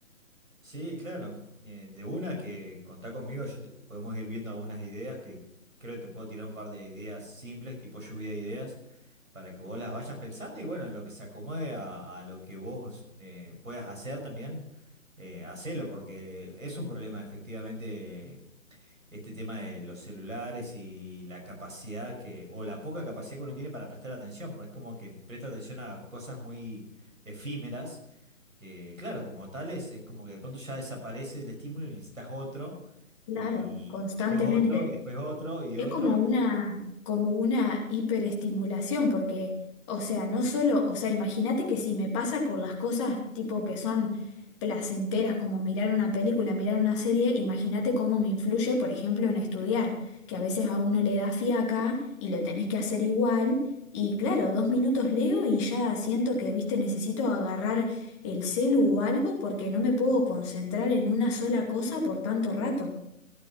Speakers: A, on the right; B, on the left.
A: Sí, claro, eh, de una que contá conmigo, yo te- podemos ir viendo algunas ideas que creo que te puedo tirar un par de ideas simples, tipo lluvia de ideas, para que vos las vayas pensando y bueno, lo que se acomode a, a lo que vos eh, puedas hacer también, eh, hacelo, porque es un problema efectivamente este tema de los celulares y la capacidad que, o la poca capacidad que uno tiene para prestar atención, pues es como que presta atención a cosas muy efímeras, que claro, como tales, es como que de pronto ya desaparece el estímulo y necesitas otro,
B: Claro,
A: y
B: constantemente.
A: después otro, y después otro, y
B: Es
A: otro,
B: como una,
A: y
B: como una hiperestimulación, porque, o sea, no solo, o sea, imagínate que si me pasa con las cosas tipo que son placenteras, como mirar una película, mirar una serie, imagínate cómo me influye, por ejemplo, en estudiar, que a veces a uno le da fiaca y lo tenés que hacer igual, y claro, dos minutos leo y ya siento que, viste, necesito agarrar el celu o algo porque no me puedo concentrar en una sola cosa por tanto rato.